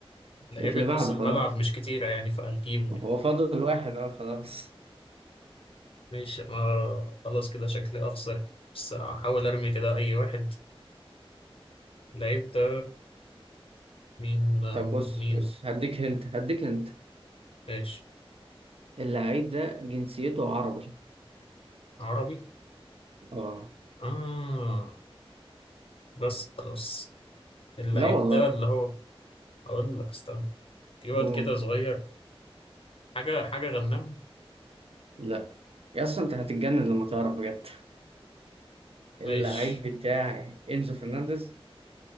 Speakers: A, on the left; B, on the right.
A: لعيبة
B: اللي بعده
A: نص الملعب
B: خلاص
A: مش كتيرة يعني فهتجيبه يعني
B: هو فاضل واحد اه خلاص
A: ماشي أنا خلاص كده شكلي أخسر بس هحاول أرمي كده أي واحد اللعيب ده مين
B: طب بص
A: مين
B: بص هديك هنت هديك هنت
A: ماشي
B: اللاعب ده جنسيته عربي
A: عربي
B: اه
A: آه بس خلاص اللعيب
B: لا والله
A: ده اللي هو أقول لك استنى في واد
B: أوه.
A: كده صغير حاجة حاجة غنام
B: لا يا اصلا انت هتتجنن لما تعرف بجد اللعيب
A: ماشي
B: بتاعي انزو فرنانديز